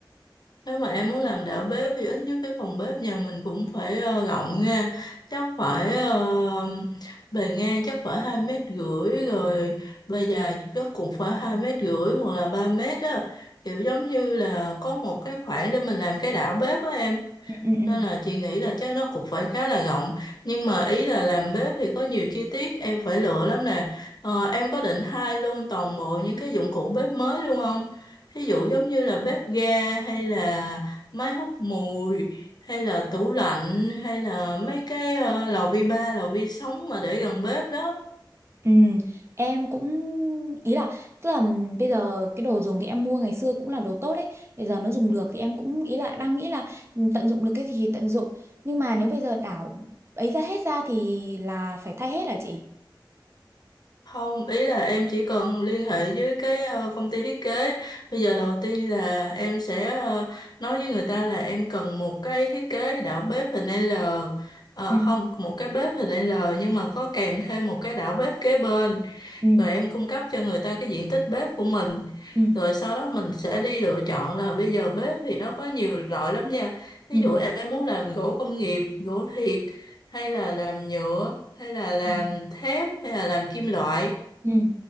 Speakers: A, on the left; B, on the right.
A: nếu mà em muốn làm đạo bếp thì ít nhất cái phòng bếp nhà mình cũng phải ờ, rộng nha chắc phải ờ, bề ngang chắc phải hai mét rưỡi rồi bề dài chắc cũng phải hai mét rưỡi hoặc là ba mét á kiểu giống như là có một cái khoảng để mình làm cái đảo bếp á em
B: Ừ, ừ,
A: Nên
B: ừ.
A: là chị nghĩ là chắc nó cũng phải khá là rộng Nhưng mà ý là làm bếp thì có nhiều chi tiết em phải lựa lắm nè ờ, Em có định thay luôn toàn bộ những cái dụng cụ bếp mới luôn không? Ví dụ giống như là bếp ga hay là máy hút mùi Hay là tủ lạnh hay là mấy cái ờ, lò vi ba, lò vi sóng mà để gần bếp đó
B: Ừ, em cũng ý là tức là bây giờ cái đồ dùng thì em mua ngày xưa cũng là đồ tốt đấy bây giờ nó dùng được thì em cũng ý là đang nghĩ là ừ, tận dụng được cái gì thì tận dụng nhưng mà nếu bây giờ đảo ấy ra hết ra thì là phải thay hết à chị
A: Không, ý là em chỉ cần liên hệ với cái ờ, công ty thiết kế. Bây giờ đầu tiên là em sẽ ờ, nói với người ta là em cần một cái thiết kế đảo bếp hình L. Ờ,
B: Ừ,
A: không, một cái bếp hình L nhưng mà có kèm thêm một cái đảo bếp kế bên.
B: ừ,
A: Rồi em cung cấp cho người ta cái diện tích bếp của mình.
B: ừ,
A: Rồi sau đó mình sẽ đi lựa chọn là bây giờ bếp thì nó có nhiều loại lắm nha. Ví
B: ừ,
A: dụ em muốn làm gỗ công nghiệp, gỗ thiệt hay là làm nhựa hay là làm
B: ừ,
A: thép hay là làm kim loại
B: ừ.